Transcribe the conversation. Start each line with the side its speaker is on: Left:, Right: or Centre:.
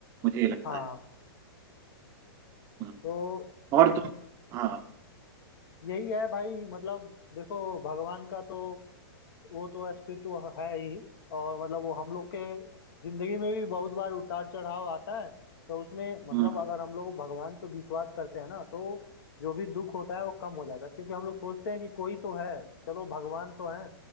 Right: मुझे ये लगता
Left: हाँ
Right: है हम्म।
Left: तो
Right: और तुम हाँ
Left: यही है भाई मतलब देखो भगवान का तो वो तो अस्तित्व है ही और मतलब वो हम लोग के जिंदगी में भी बहुत बार उतार चढ़ाव आता है तो उसमें मतलब
Right: हम्म
Left: अगर हम लोग भगवान पे विश्वास करते हैं ना तो जो भी दुख होता है वो कम हो जाता है क्योंकि हम लोग सोचते हैं कि कोई तो है चलो भगवान तो है